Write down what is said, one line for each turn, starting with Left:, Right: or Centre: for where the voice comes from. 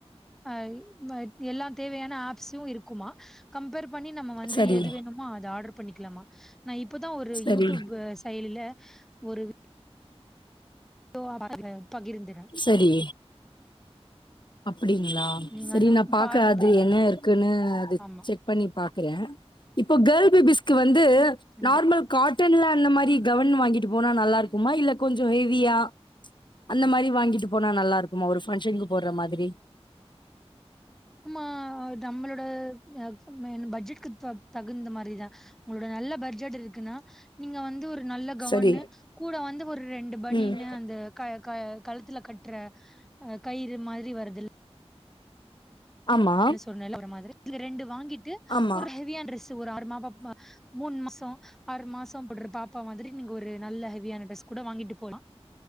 Centre: ஆய் மஜ் எல்லா தேவையான ஆப்ஸும் இருக்குமா கம்பேர் பண்ணி நம்ம வந்து
Left: சரி,
Centre: எது வேணுமோ அது ஆர்டர் பண்ணிக்கலாமா நா இப்பதா ஒரு
Left: சரி,
Centre: யூடியூப் செயலில ஒரு <unintelligible> பகிர்ந்திர
Left: சேரி அப்டிங்களா
Centre: நீங்க
Left: செரி
Centre: அந்த
Left: நா பாக்கறே
Centre: பாருங்க
Left: அது
Centre: ட்ரை பண்ணி
Left: என்ன இருக்குன்னு அது
Centre: ஆமா
Left: செக் பண்ணி பாக்குறேன் இப்போ கேல் பேபிஸ்கு வந்து
Centre: கண்டிப்பா
Left: நார்மல் காட்டன்ல அந்த மாதிரி கெவுன் வாங்கிட்டு போனா நல்லா இருக்குமா இல்ல கொஞ்சோ ஹெவியா அந்த மாதிரி வாங்கிட்டு போனா நல்லா இருக்குமா ஒரு ஃபங்க்ஷனுக்கு போடுற மாதிரி
Centre: ஆம்மா நம்மளோட எ மேன் பட்ஜெட்க்கு தகு தகுந்த மாதிரி தா உங்களோட நல்ல பட்ஜெட் இருக்குன்னா நீங்க வந்து ஒரு நல்ல கவுன்னு
Left: சரி
Centre: கூட வந்து ஒரு ரெண்டு பணியன்னு
Left: ம்
Centre: அந்த க க கழுத்துல கட்டுற கயிறு மாரி வருதுல்
Left: ஆமா
Centre: லா சொன்னேல ஒரு மாதிரி இது ரெண்டு வாங்கிட்டு
Left: ஆமா
Centre: ஒரு ஹெவியான டிரெஸ் ஒரு ஆறு ம ம மா மூணு மாசோ ஆறு மாசோ போடுற பாப்பா மாதிரி நீங்க ஒரு நல்ல ஹெவியான டிரெஸ் கூட வாங்கிட்டு போலா